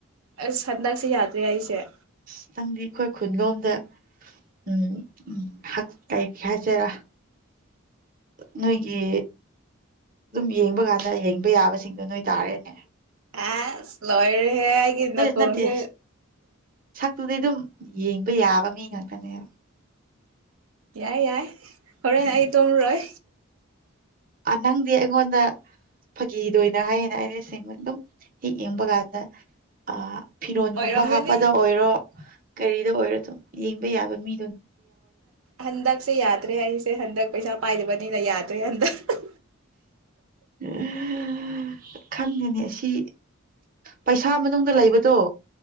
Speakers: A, on the right; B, on the right.
A: ꯑ ꯁꯗꯁꯤ ꯌꯥꯗ꯭ꯔ ꯌꯥꯏꯁꯦ
B: ꯑ ꯅꯪꯗꯤ ꯑꯩꯈꯣꯏ ꯈꯨꯟꯂꯣꯝꯗ ꯎꯝ ꯎ ꯀꯥꯏꯒꯤ ꯍꯖꯔ ꯅꯣꯏꯒꯤ ꯑꯗꯨꯝ ꯌꯦꯡꯕ ꯀꯥꯟꯗ ꯌꯦꯡꯕ ꯌꯥꯕꯁꯤꯡꯗꯨꯣ ꯅꯣꯏ ꯇꯥꯔꯦꯅꯦ
A: ꯑꯁ ꯂꯣꯏꯔꯦꯍꯦ ꯑꯩꯒꯤ ꯅꯥꯀꯣꯡꯁꯦ
B: ꯅꯠꯇ ꯇꯨꯗꯤꯩ ꯑꯗꯨꯝ ꯌꯦꯡꯕ ꯌꯥꯕ ꯃꯤ ꯉꯥꯛꯇꯅꯦꯕ
A: ꯌꯥꯏ ꯌꯥꯏ ꯍꯣꯔꯦꯟ
B: ꯎꯝ
A: ꯑꯩ ꯇꯣꯡꯔꯣꯏ
B: ꯅꯪꯗꯤ ꯑꯩꯉꯣꯟꯗ ꯐꯥꯒꯤꯗꯣꯏꯅ ꯍꯥꯏꯌꯦꯅ ꯑꯩꯅꯦꯡ ꯑꯗꯨꯝ ꯍꯦꯛ ꯌꯦꯡꯕ ꯀꯥꯟꯗ ꯑ ꯐꯤꯔꯣꯟꯒꯨꯝꯕ
A: ꯑꯣꯏꯔꯝꯒꯅꯤ
B: ꯍꯥꯞꯄꯗ ꯑꯣꯏꯔꯣ ꯀꯔꯤꯗ ꯑꯣꯏꯔꯣ ꯑꯗꯨꯝ ꯌꯦꯡꯕ ꯌꯥꯕ ꯃꯤ
A: ꯍꯟꯗꯛꯁꯦ ꯌꯥꯗ꯭ꯔꯦ ꯑꯩꯁꯦ ꯍꯟꯗꯛ ꯄꯩꯁꯥ ꯄꯥꯏꯗꯔꯤꯕꯅꯤꯅ ꯌꯥꯗ꯭ꯔꯦ ꯍꯟꯗꯛ
B: ꯑ ꯈꯪꯗꯅꯦ ꯁꯤ ꯄꯩꯁꯥ ꯃꯅꯨꯡꯗ ꯂꯩꯕꯗꯣ